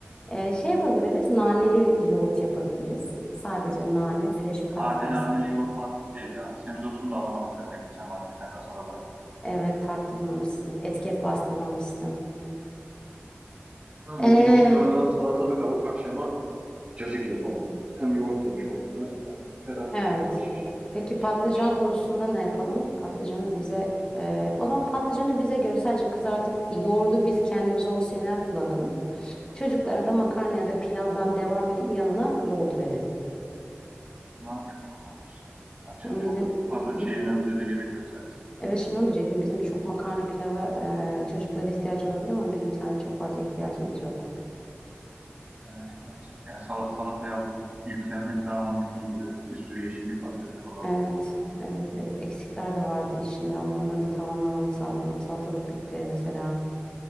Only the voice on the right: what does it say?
Sade
naneli yoğurt mantık değil ya. Semizotunu da alamadık zaten. Geçen marketten kasada bıraktık.
Tamam,
bugün içinde o zaman salatalık alıp akşama cacık yapalım. Hem yoğurt yemiş olsunlar hem ferahlatır.
Yavaş yavaş hafif sıcaklaşmaya
başladı
da.
Mantıklı olabilir. Akşam
çok
fazla
bir şey yememize de gerek yok zaten.
Evet evet. Yani sal salataya yüklenmek daha mantıklı gibi duruyor. Bir sürü yeşillik var zaten dolapta.